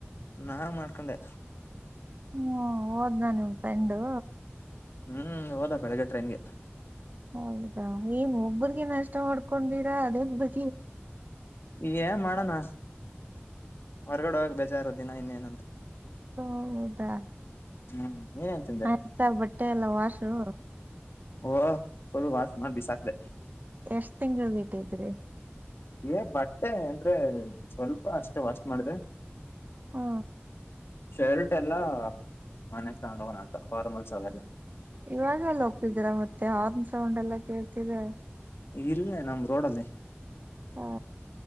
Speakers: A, on the left; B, on the right.
A: ನಾನೆ ಮಾಡ್ಕೊಂಡೆ
B: ಹ್ಮ್ ಓದ್ನ ನಿಮ್ ಫ್ರೆಂಡು
A: ಹ್ಮ್ ಹೋದಾ ಬೆಳಗ್ಗೆ ಟ್ರೈನ್ಗೆ
B: ಹೌದಾ ನೀವ್ ಒಬ್ರಿಗೆ ನಾಷ್ಟ ಮಾಡ್ಕೊಂಡಿರಾ ಅದೇ ಬಗೆ
A: ಈಗ್ ಏನ್ ಮಾಡೋಣ ಹೊರ್ಗಡೆ ಹೋಗಕ್ ಬೇಜಾರು ದಿನ ಇನ್ನೇನಂತ
B: ಹೌದಾ
A: ಹ್ಮ್ ನೀನೇನ್ ತಿಂದೆ
B: ಆಯ್ತ ಬಟ್ಟೆ ಎಲ್ಲ ವಾಶು
A: ಓ ಫುಲ್ ವಾಶ್ ಮಾಡ್ ಬಿಸಾಕ್ದೆ
B: ಎಷ್ಟ್ ತಿಂಗಳ್ದ್ ಇಟ್ಟಿದ್ರಿ
A: ಏ ಬಟ್ಟೆ ಅಂದ್ರೆ ಸ್ವಲ್ಪ ಅಷ್ಟೇ ವಾಶ್ ಮಾಡಿದೆ
B: ಹ್ಮ
A: ಶೈರುಟ್ ಎಲ್ಲಾ ಮನೆಗ್ ತಗೊಂಡ ಹೋಗೋಣ ಅಂತ ಫಾರ್ಮಲ್ಸ್ ಅವೆಲ್ಲ
B: ಇವಾಗ ಎಲ್ಲ ಹೋಗ್ತಿದ್ದೀರ ಮತ್ತೆ ಹಾರ್ನ್ ಸೌಂಡ್ ಎಲ್ಲ ಕೇಳ್ತಿದೆ
A: ಇಲ್ಲೆ ನಮ್ ರೋಡಲ್ಲಿ
B: ಹ